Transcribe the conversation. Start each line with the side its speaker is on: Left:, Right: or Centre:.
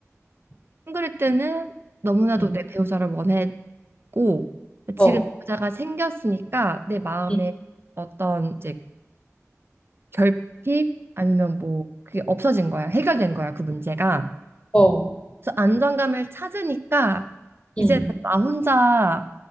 Right: 싱글일 때는 너무나도
Left: 응,
Right: 내 배우자를 원했고
Left: 어,
Right: 지금 배우자가 생겼으니까 내 마음에
Left: 응
Right: 어떤 이제 결핍 아니면 뭐 그게 없어진 거야. 해결된 거야, 그 문제가.
Left: 어,
Right: 그래서 안정감을 찾으니까
Left: 응
Right: 이제는 나 혼자